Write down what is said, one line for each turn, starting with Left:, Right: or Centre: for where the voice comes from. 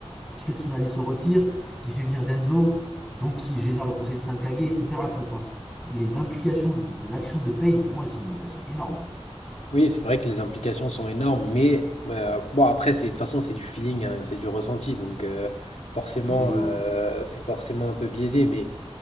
Centre: qui fait que Tsunade se retire, qui fait venir Denzo, donc qui génère le conseil de Sankage, etc. Tu vois, enfin, les implications de, de l'action de Pain, pour moi, elles sont, elles sont énormes.
Left: Oui, c'est vrai que les implications sont énormes, mais euh, bon, après, c'est, de toute façon, c'est du feeling, hein, c'est du ressenti, donc euh, forcément,
Centre: Oui.
Left: euh, c'est forcément un peu biaisé. Mais